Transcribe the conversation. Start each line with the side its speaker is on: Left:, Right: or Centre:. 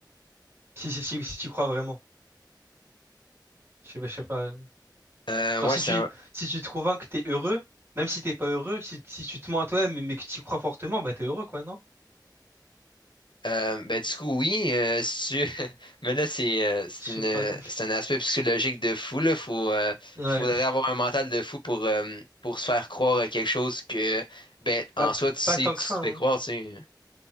Right: Si, si, si, si tu crois vraiment. Je sais pas, je sais pas.
Left: Euh,
Right: Genre,
Left: ouais,
Right: si
Left: c'est
Right: tu,
Left: un,
Right: si tu te convaincs que t'es heureux, même si t'es pas heureux, si, si tu te mens à toi-même, mais que tu y crois fortement, bah, t'es heureux, quoi, non?
Left: Euh, ben, du coup, oui, euh, si tu- <laughs> mais là, c'est euh, c'est
Right: Je sais
Left: une, euh,
Right: pas. <laughs>
Left: c'est un aspect psychologique de fou, là. Faut, euh,
Right: Ouais.
Left: faudrait avoir un mental de fou pour, euh, pour se faire croire à quelque chose que, ben, en
Right: Bah,
Left: soi, tu sais,
Right: pas tant
Left: que
Right: que
Left: tu
Right: ça,
Left: te
Right: hein
Left: fais croire, tu sais.